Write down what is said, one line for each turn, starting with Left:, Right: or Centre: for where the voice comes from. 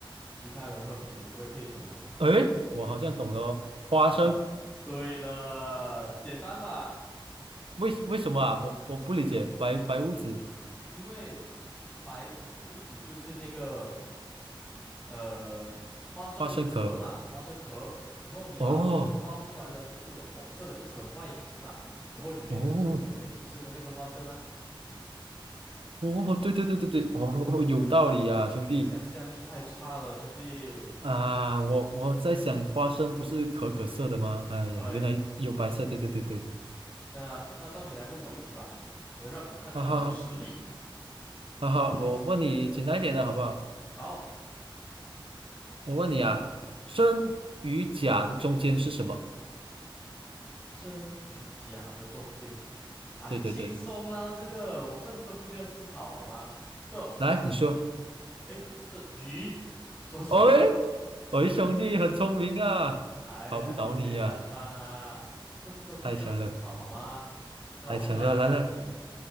Left: 其他人喝啤酒都会配什么？
Right: 诶，我好像懂了哦，花生，
Left: 呃，对了，简单吧？
Right: 为为什么啊？我我不理解，白白屋子
Left: 因因为白屋子就是那个呃，花生的壳嘛，
Right: 花生壳，
Left: 花生壳，然后你把花生剥出来了，
Right: 哦
Left: 就是有红色的一层外皮嘛，然后里面就是我们每次吃的那个花生啊。
Right: 哦哦，对对对对对，哦，哦哦有道理啊，兄弟，
Left: 你的想象力太差了，兄弟。
Right: 啊，我我在想，花生不是可可色的吗？哎呀，
Left: 哎，
Right: 原来有白色，对对对对，
Left: <laughs> 那那到你来问我一题吧，我让你看看我的实力。
Right: 哈哈哈哈！我问你简单一点的好不好？
Left: 好，
Right: 我问你啊，真与假的中间是什么？
Left: 真与假的中间，哎，
Right: 对对对，
Left: 轻松啦，这个我甚至都不需要思考，好吗？的，
Right: 来你说。
Left: 哎，这鱼，说错了，
Right: 哎，喂，兄弟很聪明啊，
Left: 哎呀，
Right: 考不倒你呀、
Left: 简简单单啊，甚至都不需要思考，
Right: 太强了，
Left: 好吗？那我再来给你一题，
Right: 太强了，来来，